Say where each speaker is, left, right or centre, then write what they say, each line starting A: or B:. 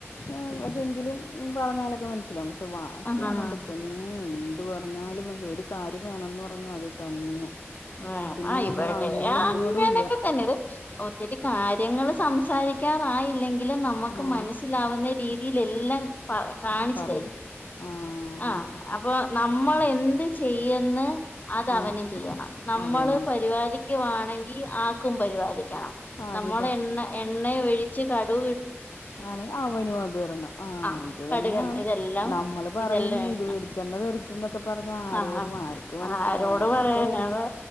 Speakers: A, on the left (about 80°); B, on the left (about 35°).
A: ഏഹ് പക്ഷെ എങ്കിലും പറഞ്ഞാലൊക്കെ മനസ്സിലാവും പക്ഷെ ട്ട് വാശിയാണ്
B: ആഹ് ആഹ്
A: എൻ്റെ പൊന്നെ എന്ത് പറഞ്ഞാലും മൻസ് ഒര് കാര്യം വേണംന്ന് പറഞ്ഞാ അത് തന്നെ
B: വേണം
A: പിന്നെ
B: ആ
A: നമ്മൾ
B: ഇവെടെ
A: അങ്ങോട്ടും
B: അങ്ങനെയൊക്കെ
A: ഇങ്ങോട്ടും ഇല്ല
B: തന്നെ ഒത്തിരി കാര്യങ്ങള് സംസാരിക്കാറായില്ലെങ്കിലും നമുക്ക്
A: ആ
B: മനസ്സിലാവുന്ന രീതിൽെല്ലാം പറ കാണിച്ചു
A: പറയും
B: തരും
A: ആ ഹാ
B: ആ
A: ഹാ ഹാ
B: അപ്പൊ നമ്മൾ എന്ത് ചെയ്യന്ന് അത്
A: ആ
B: അവനും ചെയ്യണം
A: ആ
B: നമ്മള്
A: അത് തന്നെ
B: പരിപാലിക്കവാണെങ്കിൽ ആക്കും പരിപാലിക്കണം
A: അത്
B: നമ്മള എണ്ണ എണ്ണ ഒഴിച്ച് കടു
A: ആണെ അവന വതരണം ആഹ
B: ആഹ്
A: ഇത് തന്നെയാണ്
B: കടുകെണ്ണ ഇതെല്ലാം
A: നമ്മള് പറയും
B: ഇതെല്ലാം
A: ഇത് ടിച്ചെണ്ണ കെറിക്കുംൊക്കെ പറഞ്ഞ ആരോടും
B: ആഹ്
A: ആർും മനസില
B: ആരോട്
A: അതൊക്കെ
B: പറയാനാ അതാ